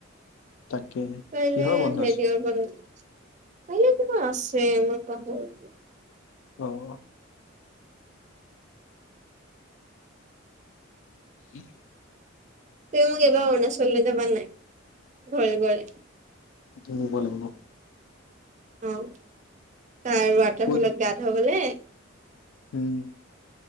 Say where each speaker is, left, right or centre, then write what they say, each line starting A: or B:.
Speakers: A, on the left; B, on the right.
A: তাকে
B: কাইলে
A: কিহৰ বন্ধজ
B: হেৰি বনাম কাইলৈয় কিবা আছে মই পাহৰিলো।
A: অহ উম।
B: তেওঁক এইবাৰ অৰুণাচললৈ যাবানে নাই ঘৰে ঘৰে
A: কিনিব লাগিব।
B: অহ তাৰ ৱাটাৰফলত
A: ক'ত
B: গা ধুৱাবলে।
A: উম।